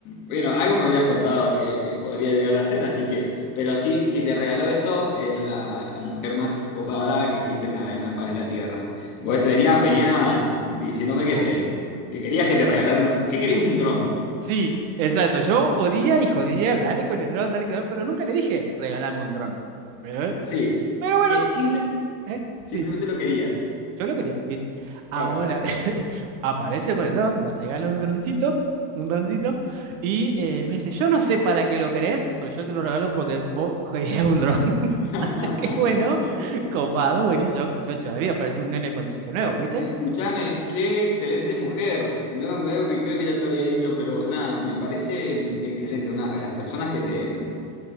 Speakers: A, on the left; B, on the right.
A: bueno, algo me habías contado que, que podría llegar a ser, así que, pero sí, si te regaló eso, es la, la mujer más copada que existe en la, en la faz de la Tierra. Vos te venía- venías diciéndome
B: Ajá.
A: que te que querías que te regalaran, que querías un dron.
B: Sí, exacto, yo jodía y jodía, dale con el dron, dale con el dron, pero nunca le dije, regalame un dron. Pero,
A: Sí,
B: pero bueno,
A: que simple-
B: ¿eh?
A: simplemente
B: Sí.
A: lo querías.
B: Yo lo quería. ¿viste? Ahora
A: Claro.
B: <laughs> aparece con el dron, me regala un droncito, un droncito, y eh, me dice, yo no sé para qué lo querés, pero yo te lo regalo porque vos <laughs> querías un dron. <laughs>
A: <laughs>
B: Así que bueno, copado, buenísimo, chocho de la vida, parece un nene con chiche nuevo, ¿viste?
A: Escúchame, qué excelente mujer. Veo, veo que creo que ya te lo había dicho, pero nada, me parece mm, excelente. Una, las personas que te. mm,